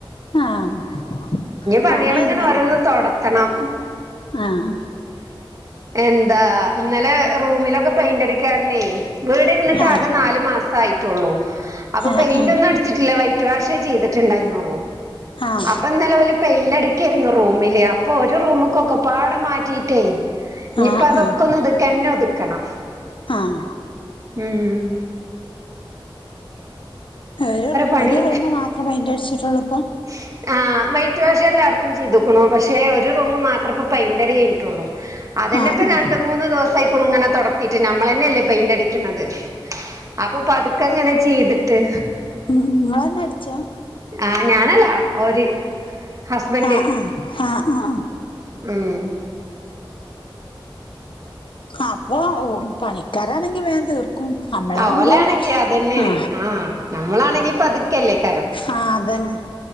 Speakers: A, on the left; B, on the right.
A: ആഹ്.
B: പണിയെള്ങ്ങനെ
A: പണി കഴിഞ്ഞല്ലോ
B: ഓരോന്ന് തെടത്തണം.
A: ആഹ്.
B: എന്താ. ഇന്നലെ റൂമിലൊക്കെ പെയിന്റ്ടിക്കാരണേ വീട് ഇരുന്നിട്ട്
A: ആഹ്
B: ആകെ നാല് മാസം ആയിട്ടെള്ളൂ. അപ്പൊ
A: ഏഹ്
B: പെയിന്റ്
A: ആഹ്
B: ഒന്നും അടിച്ചിട്ടില്ല. വൈറ്റ് വാഷേ ചെയ്തിട്ടുണ്ടായിന്നള്ളൂ.
A: ആഹ്
B: അപ്പൊ ഒ ഇന്നലെ വല് പെയിന്റ് അടിക്കെരുന്നു റൂമില്. അപ്പൊ ഒരു റൂമ്ക്കൊക്കെ പാടെ മാറ്റിയിട്ടെയ്. ഇനിയിപ്പം
A: ആഹ്
B: അതൊക്കെ ഒന്ന് ഇതുക്കന്നെ ഒതുക്കണം.
A: ആഹ് ആഹ്
B: മം
A: ഒരു
B: പണി
A: ഒരു റൂംമ് മാത്രം പെയ്ന്റ് അടിച്ചിട്ട് ഒ
B: <inaudible> ആ വൈറ്റ് വാഷ് എല്ലായിടത്തും ചെയ്തുക്കുണു. പക്ഷെ ഒരു റൂമ് മാത്രപ്പം പെയിന്റ് അടി കഴിഞ്ഞിട്ടുള്ളു. അതന്നെപ്പം
A: ആഹ് ആഹ്
B: രണ്ട് മൂന്ന് ദിവസമായികുണുങ്ങനെ തുടത്തിട്ട്, ഞമ്മളെന്നെയല്ലേ പെയിന്റ് അടിക്കണത്. അപ്പൊ പതുക്കങ്ങനെ ചെയ്തിട്ട്.
A: മംങ്ങളന്നെ അടിച്ചാ?
B: ആ ഞാനല്ല. ഒര് ഹസ്ബൻഡന്റ്.
A: ആഹ് ആഹ് ആഹ് ആഹ് ആഹ്
B: മം
A: അപ്പൊ ഓഹ് പണിക്കാരാണെങ്കിൽ വേമ് തീർക് അമ്മളാവുമ്പോ
B: ഓലാണെങ്കി അതന്നെയാണ്
A: ആ
B: ആഹ് നമ്മളാണെങ്കി പതുക്കല്ലേക്കാരം
A: ആ അതന്നെ